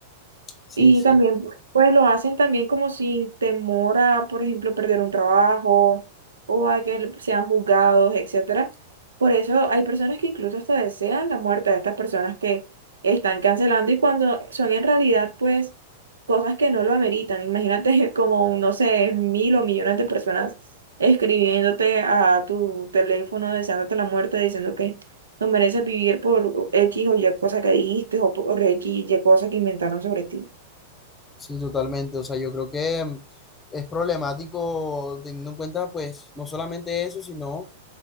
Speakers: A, on the left; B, on the right.
A: Sí,
B: Y
A: sí,
B: también, pues lo hacen también como sin temor a, por ejemplo, perder un trabajo o a que le- sean juzgados, etcétera. Por eso hay personas que incluso hasta desean la muerte de estas personas que están cancelando y cuando son en realidad, pues, cosas que no lo ameritan. Imagínate <laughs> como, no sé, mil o millones de personas escribiéndote a tu teléfono, deseándote la muerte, diciendo que no mereces vivir por X o Y cosa que dijiste o por X y Y cosa que inventaron sobre ti.
A: sí, totalmente. O sea, yo creo que mm, es problemático teniendo en cuenta, pues, no solamente eso, sino